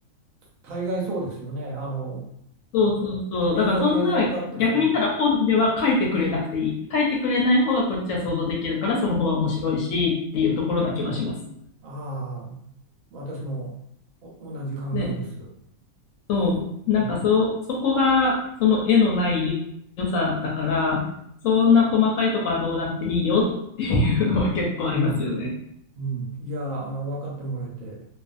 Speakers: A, on the right (about 70°); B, on the left (about 65°).
A: 大概そうですよね。あの、
B: そうそうそう。
A: 映像、
B: だからそんな、
A: 映像化ってそうですよね。
B: 逆に言ったら本では書いてくれなくていい。書いてくれない方がこっちは想像できるから、その方が面白いしっていうところな気はします。
A: ああ、私もお同じ考えです。
B: ね、そう。なんかそう、
A: うん。
B: そこがその絵のない良さだから、そんな細かいとこはどうだっていいよっていうのは結構ありますよね。
A: うんうん、いや、あの、分かってもらえて